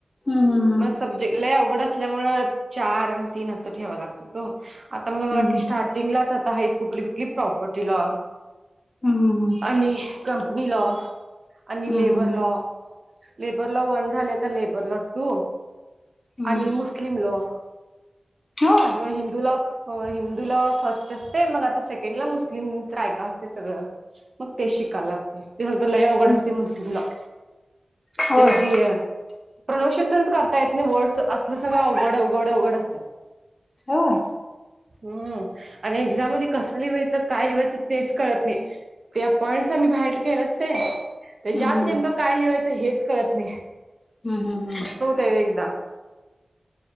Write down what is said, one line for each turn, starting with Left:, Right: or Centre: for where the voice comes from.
Left: हम्म हम्म हम्म.
Right: मग सब्जेक्ट लय अवघड असल्यामुळे चार आणि तीन असं ठेवा लागतो तो आता मला बघा
Left: हम्म
Right: की स्टार्ट टिंगलाच आता आहेत कुठली-कुठली प्रॉपर्टीला
Left: हम्म हम्म
Right: आणि कंपनी लॉ आणि
Left: hmm
Right: labour
Left: hmm
Right: law
Left: hmm
Right: labour law one झाले तर labour law two
Left: hmm
Right: आणि
Left: hmm
Right: मुस्लिम लॉ
Left: होय
Right: म हिंदू लॉ हो हिंदू लॉ फर्स्ट असते मग आता सेकंडला मुस्लिमचं काय का असते सगळं. मग ते शिका लागते ते हलतर अवघड
Left: हम्म
Right: असते मुस्लिम लॉ.
Left: होय
Right: त्यांची हे प्रॉन्युन्सियेशनचं कर त्यातने वर्ड असलं सगळं अवघड अवघड अवघड असत्यात.
Left: हो.
Right: हम्म आणि एक्झाम मध्ये कसं लिवायचं काय लिवायचं तेच कळत नाही. त्या पॉइंटस आम्ही बायहर्ट केलं असते
Left: हम्म
Right: तेज्या आत नेमकं काय लिवायचं हेच कळत नाही.
Left: हम्म हम्म हम्म.
Right: तेव एकदा